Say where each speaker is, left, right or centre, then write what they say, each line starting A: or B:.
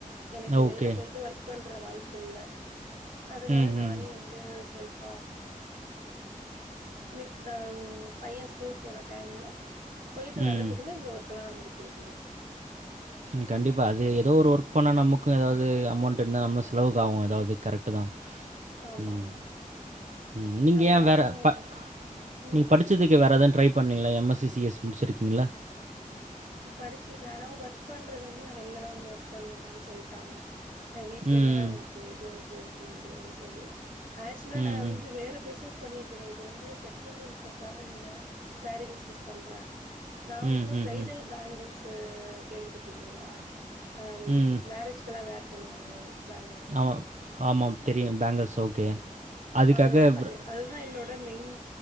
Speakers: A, on the right; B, on the right.
A: எனக்கு
B: ஓகே.
A: வெள்ல பொயி்ட்டு ஒர்க் பண்ற வாய்ப்பு இல்ல அதுனால
B: ம்,
A: நானே
B: ம்.
A: வந்து செல்ஃப் மித் அ பையே ஸ்கூல் போற டைம்ல பொயிட்டு வர்றதுக்குள்ள
B: ம்.
A: இந்த ஒர்க்கெல்லா நா முடிச்சு வச்சுருவே
B: ம் கண்டிப்பா பா அது எதோ ஒரு ஒர்க் பண்ணா நமக்கு எதாவது அமௌண்ட் இருந்தா நம்ம செலவுக்கு ஆகு எதாவது கரெக்ட்டு தா
A: ஆமாமா.
B: ம் ம் நீங்க
A: நம்ம
B: ஏ
A: டைமும்
B: வேற ப
A: வேஸ்ட் ம்.
B: நீங்க படிச்சதுக்
A: ம்.
B: த்து வேற எதான் ட்ரை பண்ணீங்களா M S C C S முடிச்சு இருக்கீங்கல
A: படுச்சுருக்கே ஆனா ஒர்க் பண்றது வந்து நா வெள்லதா வந்து ஒர்க் பண்ணனுமானு சொல்டாங்க ஆ வீட்ல
B: ம்.
A: இருந்தல்லா அவுங்களுக்கு எதுவு ஹெல்ப் பண்ண முடியாதுனு சொல்லி ஆக்சுவலா
B: ம்,
A: நா வந்து
B: ம்.
A: வேற பிஸ்னஸ் பண்ணிட்ருக்கே இது வந்து செகண்ட்டு இன்கம்காக இந்த சாரி பிஸ்னஸ் பண்றே நா
B: ம்,
A: வந்து
B: ம்,
A: ப்ரைடல்
B: ம்.
A: பேங்கிள்ஸு கேள்விப்பட்ருக்கீங்களா ஆ
B: ம்.
A: மேரேஜ்க்கலா வேர் பண்ணுவாங்களே பேங்கில்
B: ஒ ஆமாம் தெரியு பேங்கில்ஸ் ஓகே அதுக்காக
A: அதுதா பண்ணே
B: ப்ர
A: அதுதா என்னோட மெயின்